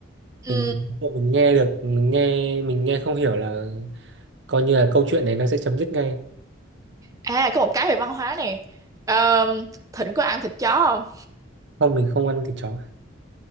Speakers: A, on the right; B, on the right.
A: ừ
B: mình mình nghe được mình nghe mình nghe không hiểu là coi như là câu chuyện đấy nó sẽ chấm dứt ngay
A: à có một cái về văn hóa này Ờm, Thịnh có ăn thịt chó không
B: không mình không ăn thịt chó